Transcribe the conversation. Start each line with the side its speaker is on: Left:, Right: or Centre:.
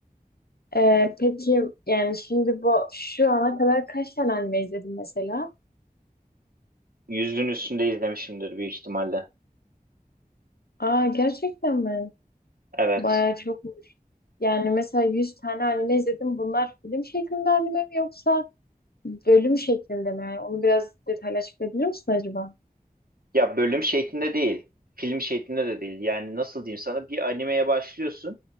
Left: Ee, peki yani şimdi bu şu ana kadar kaç tane anime izledin mesela?
Right: Yüzün üstünde izlemişimdir büyük ihtimalle.
Left: Aa gerçekten mi?
Right: Evet.
Left: Bayağı çokmuş. Yani mesela 100 tane anime izledim. Bunlar film şeklinde anime mi yoksa bölüm şeklinde mi? Yani onu biraz detaylı açıklayabilir misin acaba?
Right: Ya bölüm şeklinde değil, film şeklinde de değil. Yani nasıl diyeyim sana bir animeye başlıyorsun.